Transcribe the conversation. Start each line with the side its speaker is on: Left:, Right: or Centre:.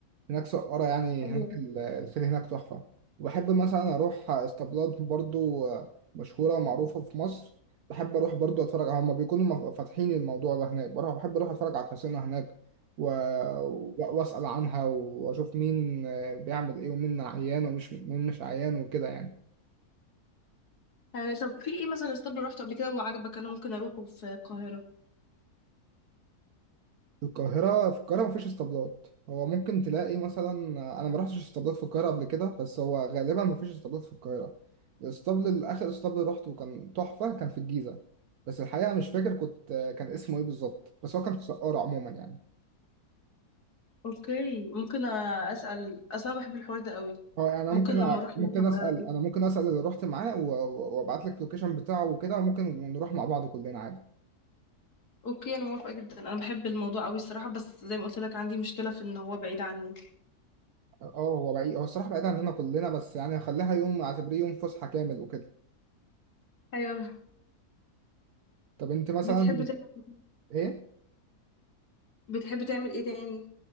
Right: هناك سقارة يعني
Left: ايوه
Right: هناك ال- الخيل هناك تحفة وبحب مثلا اروح اسطبلات برضو آه، مشهورة ومعروفة في مصر بحب اروح برضو اتفرج على هما بيكونوا مف- فاتحين الموضوع ده هناك بروح بحب اروح اتفرج على الحصينة هناك و... و- واسأل عنها واشوف مين آه، بيعمل ايه ومين عيان ومش مين مش عيان وكده يعني
Left: آه، طب في ايه مثلا اسطبل رحته قبل كده وعجبك انا ممكن اروحه في القاهرة
Right: في القاهرة في القاهرة مفيش اسطبلات هو ممكن تلاقي مثلا أنا ما رحتش اسطبلات في القاهرة قبل كده بس هو غالبا مفيش اسطبلات في القاهرة الاسطبل الآخر اسطبل روحته كان تحفة كان في الجيزة بس الحقيقة مش فاكر كنت كان اسمه إيه بالظبط بس هو كان في سقارة عموما يعني
Left: اوكي ممكن أ- اسال اصلا بحب الحوار ده قوي
Right: هو يعني أنا
Left: ممكن
Right: ممكن
Left: لما اروح
Right: ممكن
Left: هناك ابقى
Right: أسأل أنا ممكن أسأل اللي رحت معاه و- وأبعت لك اللوكيشن بتاعه وكده وممكن نروح مع بعض كلنا عادي
Left: اوكي انا موافقه جدا انا بحب الموضوع قوي الصراحه بس زي ما قلت لك عندي مشكله في ان هو بعيد عني
Right: اه هو بعيد هو الصراحة بعيد عننا كلنا بس يعني هخليها يوم أعتبريه يوم فسحة كامل وكده
Left: ايوه
Right: طب أنت مثلا
Left: بتحب تعمل
Right: إيه؟
Left: بتحب تعمل ايه تاني